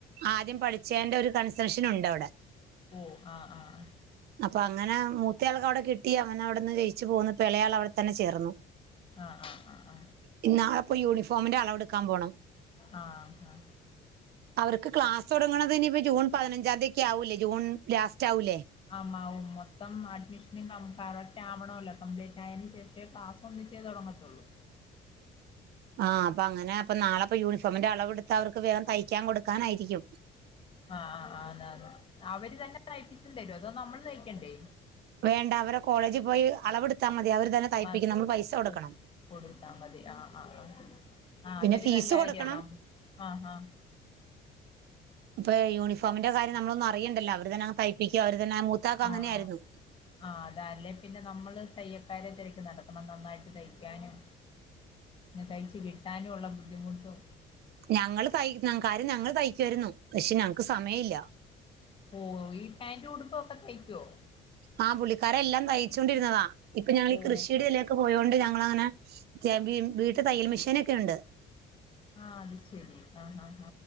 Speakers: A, on the right (about 70°); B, on the left (about 30°).
A: ആദ്യം പഠിച്ചേന്റെ ഒരു കൺസെഷൻ ഉണ്ട് അവിടെ
B: ഉ ആഹ് ആഹ്
A: അപ്പൊ അങ്ങനെ മൂത്തയാൾക്ക് അവിടെ കിട്ടിയ അങ്ങനെഅവിടെന്ന് ജയി ച്ച് പോന്നു ഇപ്പൊ എളയാൾവിടെ തന്നെ ചേർന്നു
B: ആഹ് ആഹ് ആഹ്
A: ഇനി നാളെ ഇപ്പോ യൂണിഫോമിന്റെ അളവെടുക്കൻ പോണം
B: ആഹ് ആഹ്
A: അവർക്ക് ക്ലാസ് തൊടങ്ങണത് ഇനിപ്പോ ജൂൺ പതിനഞ്ചാം തിയതിയൊക്കെ ആകൂല്ലേ ജൂൺ ലാസ്റ്റ് ആവൂലേ
B: ആവും ആവും മൊത്തം അഡ്മിഷനും കറക്റ്റ് ആവണല്ലോ കംപ്ലീറ്റ് ആയിന് ശേഷം പക്ഷേ ക്ലാസ് ഒന്നിച്ചെ തൊടങ്ങത്തൊള്ളൂ
A: ആഹ് അപ്പൊ അങ്ങനെ അപ്പോ നാളെപ്പോ യൂണിഫോമിന്റെ അളവ്ടുത്ത് അവർക്ക് വേഗം തൈക്കാൻ കൊടുക്കാനായിരിക്കും
B: ആഹ് ആഹ് ആഹ് അതെ അതെ അവര് തന്നെ തയ്പ്പിച്ച്തരോ അതോ നമ്മള് തൈകേണ്ടേ
A: വേണ്ട അവരെ കോളേജിൽ പോയി അളവെടുത്താൽ മതി അവര് തന്നെ തയ്പ്പിക്കും
B: മാത്രേ
A: നമ്മള് പൈസ കൊടുക്കണം
B: ഉം കൊടുത്താ മതി ആഹ് ആഹ് ആഹ് ആ
A: പിന്നെ
B: അതൊരു
A: ഫീസ്
B: നല്ല
A: കൊടുക്കണം
B: ഐഡിയ ആണല്ലോ ആഹ് ആഹ്
A: ഇപ്പൊ യൂണിഫോമിന്റെ കാര്യം നമ്മളൊന്നും അറിയണ്ടല്ല അവര് തന്നെ അങ്ങ് തയ്പ്പിക്കും അവർ തന്നെ മൂത്താക്ക്‌ അങ്ങനെയായിരുന്നു
B: ആഹ് ആഹ് അതല്ലേ പിന്നെ നമ്മള് തയ്യക്കാരെ തിരക്ക് നടക്കണം നന്നായിട്ട് തയ്ക്കാനും പിന്നെ തയ്ച്ച് കിട്ടാനുള്ള ബുദ്ധിമുട്ടും
A: ഞങ്ങള് തൈ കാര്യം ഞങ്ങള് തയ്കായിരുന്നു പക്ഷെ ഞങ്ങക്ക് സമയം ഇല്ല
B: ഓ ഈ പാന്റ് ഉടുപ്പൊക്കെ തയ്ക്കോ
A: ആഹ് പുള്ളിക്കാരന് എല്ലാം തയ്ച്ചോണ്ടിരുന്നതാ ഇപ്പൊ ഞാങ്ങളി
B: ഉം
A: നകൃഷിയുടെ എ ക്ക്‌ പോയോണ്ട് ഞങ്ങളൾങ്ങനെ <unintelligible> വീട്ടിൽ തയ്യൽ മെഷീനൊക്കെ ഉണ്ട്
B: ആഹ് അത് ശരി ആഹ് ആഹ്